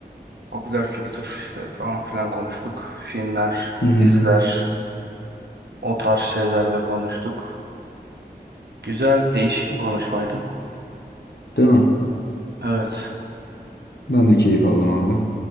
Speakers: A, on the right; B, on the left.
A: Popüler kültür işte falan filan konuştuk. Filmler,
B: Hı hı.
A: diziler, o tarz şeyler de konuştuk. Güzel, değişik bir konuşmaydı.
B: Değil mi?
A: Evet,
B: Ben de keyif aldım abi.